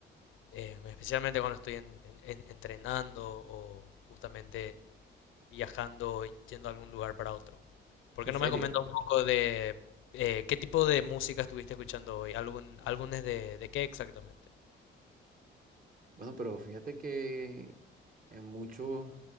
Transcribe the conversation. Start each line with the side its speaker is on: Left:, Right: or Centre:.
Left: eh, especialmente cuando estoy en- en- en- entrenando o justamente viajando, y yendo a algún lugar para otro. ¿Por
Right: En
Left: qué
Right: serio.
Left: no me comentas un poco de eh, qué tipo de música estuviste escuchando hoy? ¿Algún, álbumes de, de qué exactamente?
Right: Bueno, pero fíjate que en muchos, o